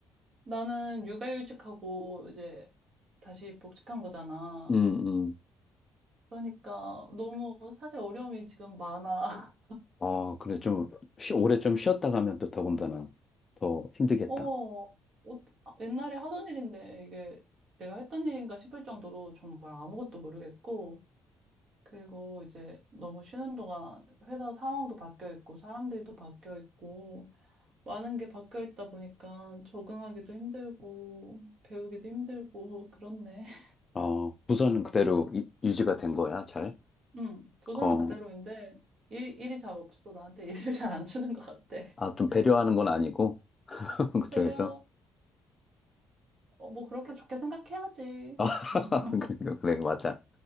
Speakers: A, on the right (about 50°); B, on the left (about 25°).
A: 나는 육아휴직하고 이제 다시 복직한 거잖아.
B: 음, 음.
A: 그러니까 너무 사실 어려움이 지금 많아.
B: 아, 그래. 좀, 쉬, 오래 좀 쉬었다 가면 또 더군다나 더 힘들겠다.
A: <laughs> 어, 어, 아, 옛날에 하던 일인데 이게 내가 했던 일인가 싶을 정도로 정말 아무것도 모르겠고. 그리고 이제 너무 쉬는 동안 회사 상황도 바뀌어 있고 사람들도 바뀌어 있고 많은 게 바뀌어 있다 보니까 적응하기도 힘들고 배우기도 힘들고 그렇네. <laughs>
B: 어, 부서는 그대로 유, 유지가 된 거야, 잘?
A: 응, 부서는
B: 어,
A: 그대로인데 일, 일이 잘 없어. 나한테 <laughs> 일을 잘 안 주는 것 같아. <laughs>
B: 아, 좀 배려하는 건 아니고. <laughs> 그쪽에서?
A: 배려, 어, 뭐 그렇게 좋게 생각해야지.
B: 아, <laughs>
A: <laughs>
B: 그래, 그래, 맞아.